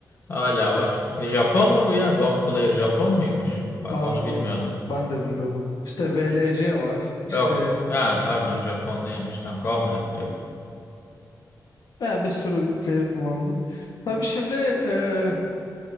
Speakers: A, on the left; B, on the left.
A: Hala var. Bir Japon mu bu ya? Gom player Japon muymuş? Bak
B: Aa,
A: onu bilmiyordum.
B: ben de bilmiyordum. İşte VLC var. İşte
A: Yok. Ha pardon Japon değilmiş. Tamam. Gomlab diyor.
B: Yani bir sürü player kullandık. Tabii şimdi e,